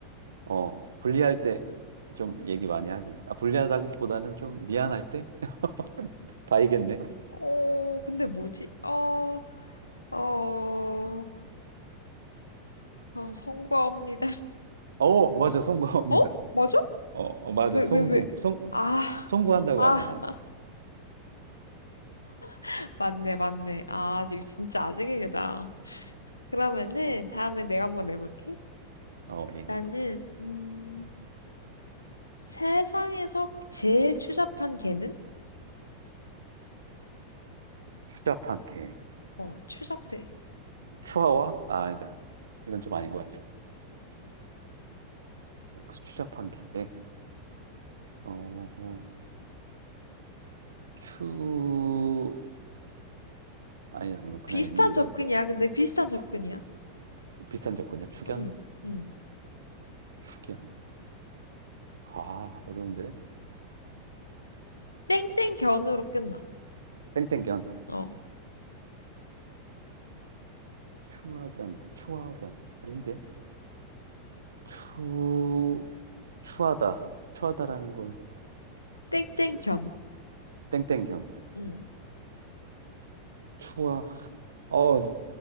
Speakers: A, on the right (about 70°); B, on the left (about 80°).
A: 어, 불리할 때 좀 얘기 많이 하지. 아, 불리하다기보다는 좀 미안할 때? <laughs> 다 이겼네.
B: 어, 근데 뭐지? 어, 어, 어, 성과옵니다. <laughs>
A: 어, 맞아, 송구합니다.
B: 어? 맞아?
A: 어, 어, 맞아,
B: 왜,
A: 송구.
B: 왜, 왜?
A: 송,
B: 아,
A: 송구한다고
B: 아,
A: 하잖아.
B: <laughs> 맞네, 맞네. 아, 지금 진짜 아재개그다. 그러면은 다음에 내가 한번 내볼게.
A: 어, 얘기해봐.
B: 나는, 음, 세상에서 제일 추잡한 개는?
A: 추잡한 개.
B: 어, 추잡해.
A: 추하와? 아, 아니다. 이건 좀 아닌 것 같아. 그 추잡한 개. 어, 어, 추견. 아니다. 이건 그냥
B: 비슷한
A: 있는 그대로.
B: 접근이야. 근데 비슷한 접근이야.
A: 비슷한 접근이야. 추견?
B: 응, 응.
A: 추견. 아, 어려운데?
B: 땡땡견으로 끝나.
A: 땡땡견.
B: 어,
A: 추하견. 추하견. 아닌데? 추, 추하다. 추하다라는 건
B: 땡땡견.
A: 땡땡견.
B: 응.
A: 추하. 어,